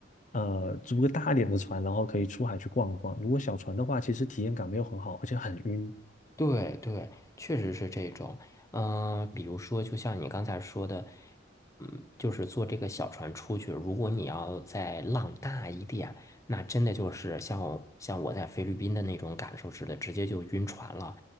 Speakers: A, on the left (about 40°); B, on the left (about 15°).
A: 呃租个大一点的船，然后可以出海去逛一逛。如果小船的话，其实体验感没有很好，而且很晕。
B: 对对，确实是这种。嗯、比如说，就像你刚才说的，嗯，就是坐这个小船出去，如果你要再浪大一点，那真的就是像像我在菲律宾的那种感受似的，直接就晕船了。